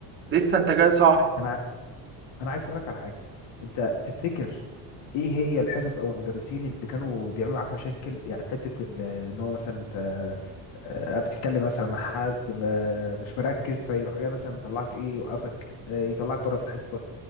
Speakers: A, on the right; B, on the left.
A: لسه انت جاي صاحي
B: انا ع- انا عايز اسالك على حاجه انت تفتكر ايه هي الحصص او المدرسين اللي كانوا بيعملوا معاك مشاكل يعني في حته ال- ان هو مثلا انت آه، بتتكلم مثلا مع حد ما- مش مركز فيروح جاي مثلا مطلعك ايه يوقفك آه، يطلعك بره في الحصه